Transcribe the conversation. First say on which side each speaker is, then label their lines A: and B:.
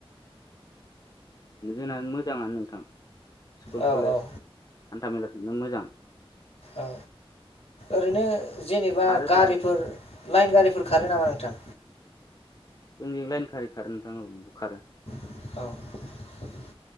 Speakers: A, on the left; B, on the left.
A: जोंना मोजाङानो नोंथां। स्कुल
B: औ
A: कलेज
B: औ
A: हान्था मेलाखौनो मोजां।
B: औ ओरैनो जेनेबा
A: खारो
B: गारिफोर
A: खार
B: लाइन गारिफोर खारो नामा नोंथां।
A: जोंजों लाइन गारि खारो नोंथां औ नंगौ खारो।
B: <inaudible>